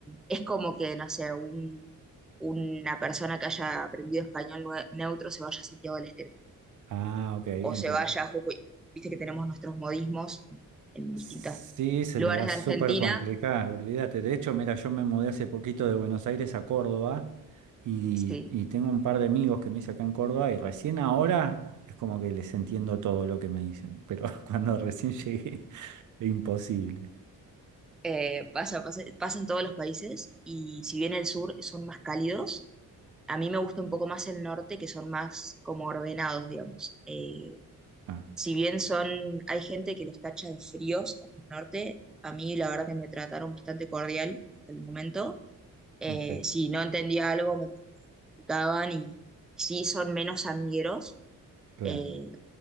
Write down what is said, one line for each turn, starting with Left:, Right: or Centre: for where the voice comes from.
Centre: es como que, no sé, un- una persona que haya aprendido español nue- neutro se vaya a Santiago del Estero,
Right: Ah, ok, entiendo.
Centre: o se vaya a Jujuy. Viste que tenemos nuestros modismos en
Right: Sí,
Centre: distintos
Right: se
Centre: lugares
Right: le va a
Centre: de
Right: súper
Centre: Argentina.
Right: complicar, olvídate. De hecho, mira, yo me mudé hace poquito de Buenos Aires a Córdoba y,
Centre: Sí.
Right: y tengo un par de amigos que me hice acá en Córdoba y recién ahora es como que les entiendo todo lo que me dicen, pero <laughs> cuando recién llegué, imposible.
Centre: Eh, pasa, pasa, pasa en todos los países y si bien el sur son más cálidos, A mí me gusta un poco más el norte, que son más como ordenados, digamos. Eh,
Right: Ah,
Centre: si bien son, hay gente que los tacha de fríos en el norte, a mí la verdad que me trataron bastante cordial hasta el momento. Eh,
Right: ok,
Centre: si no entendía algo, me preguntaban y sí son menos amigueros.
Right: claro,
Centre: Eh,